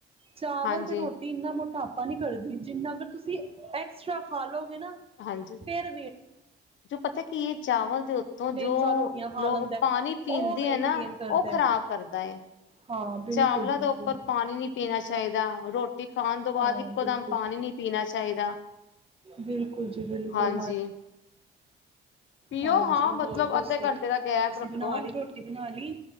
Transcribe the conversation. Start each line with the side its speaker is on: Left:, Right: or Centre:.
Right: ਚਾਵਲ
Left: ਹਾਂਜੀ
Right: ਤੇ ਰੋਟੀ ਇੰਨਾ ਮੋਟਾ ਆਪਾ ਨੀ ਕਰਦੀ ਜਿੰਨਾ ਕ ਤੁਸੀਂ ਐਕਸਟਰਾ ਖਾ ਲਓ। ਨਾ
Left: ਹਾਂਜੀ
Right: ਫੇਰ ਵੀ
Left: ਜੋ ਪਤਾ ਕਿ ਇਹ ਚਾਵਲ ਦੇ ਉੱਤੇ ਤੋਂ
Right: ਤਿੰਨ
Left: ਜੋ
Right: ਚਾਰ ਰੋਟੀਆਂ ਖਾ
Left: ਲੋਕ
Right: ਲੈਂਦਾ
Left: ਪਾਣੀ ਪੀਂਦੇ
Right: ਉਹ ਵੇਟ
Left: ਆ ਨਾ
Right: ਗੇਨ ਕਰਦਾ
Left: ਉਹ ਖ਼ਰਾਬ ਕਰਦਾ ਹੈ।
Right: ਹਾਂ ਬਿਲਕੁਲ
Left: ਚਾਵਲਾਂ
Right: ਬਿਲਕੁਲ
Left: ਦੇ ਉੱਪਰ ਪਾਣੀ ਨੀ ਪੀਣਾ ਚਾਹੀਦਾ। ਚਾਹੀਦਾ ਰੋਟੀ ਖਾਣ ਤੋਂ ਬਾਅਦ
Right: ਹਾਂ
Left: ਇੱਕੋ
Right: ਬਿਲਕੁਲ
Left: ਦਮ ਪਾਣੀ
Right: ਬਿਲਕੁਲ
Left: ਨੀ ਪੀਣਾ ਚਾਹੀਦਾ
Right: ਬਿਲਕੁਲ ਜੀ ਬਿਲਕੁਲ
Left: ਹਾਂਜੀ ਪੀਓ
Right: ਹਾਂਜੀ
Left: ਹਾਂ ਮਤਲਬ
Right: ਹੋਰ ਦੱਸੋ
Left: ਅੱਧੇ ਘੰਟੇ ਦਾ ਗੈਪ
Right: ਤੁਸੀਂ
Left: ਰੱਖੋ
Right: ਬਣਾ ਲਈ ਰੋਟੀ ਬਣਾ ਲਈ